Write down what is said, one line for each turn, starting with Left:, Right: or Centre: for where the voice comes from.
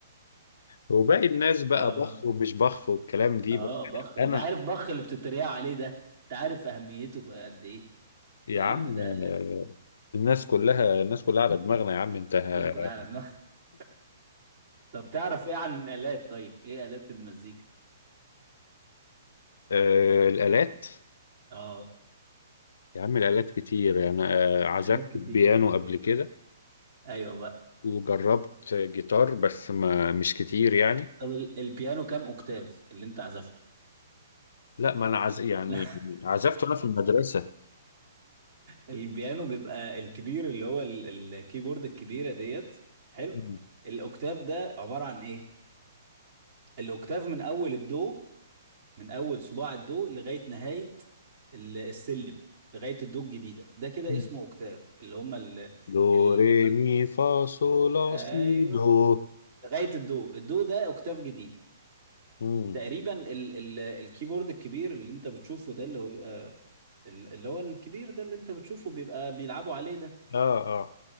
Left: وباقي الناس
Right: <laughs>
Left: بقى
Right: اه
Left: بخ ومش بخ والكلام دي
Right: اه
Left: بس
Right: بخ انت
Left: انا
Right: عارف بخ اللي بتتريق عليه ده انت عارف اهميته في قد ايه
Left: يا
Right: يا
Left: عم
Right: عم ده
Left: آه، الناس كلها الناس كلها على دماغنا يا عم انت
Right: الناس كلها
Left: <laughs>
Right: على النار <laughs> طب تعرف ايه عن الالات طيب ايه الات المزيكا
Left: آه، الآلات
Right: اه
Left: يا عم الآلات كتير يعني آه، عزفت
Right: آلات كتير
Left: بيانو قبل كده
Right: ايوه بقى
Left: وجربت جيتار بس ما مش كتير يعني
Right: طب ال- البيانو كام اوكتاف اللي انت عزفته
Left: لا ما انا عز... يعني
Right: <laughs>
Left: عزفته انا في المدرسه
Right: البيانو بيبقى الكبير اللي هو ال- الكيبورد الكبيره ديت حلو
Left: مم.
Right: الاوكتاف ده عباره عن ايه الاوكتاف من اول الدو من اول صباع الدو لغايه نهايه ال- السلم لغايه الدو الجديده ده كده
Left: مم.
Right: اسمه اوكتاف اللي هم ال
Left: دو
Right: ال
Left: ري
Right: المج...
Left: مي فا صول لا
Right: ايوه
Left: سي دو
Right: لغايه الدو الدو ده اوكتاف جديد
Left: مم.
Right: تقريبا ال ال الكيبورد الكبير اللي انت بتشوفه ده اللي هو آه، ال- اللي هو الكبير ده اللي انت بتشوفه بيبقى بيلعبوا عليه ده
Left: اه اه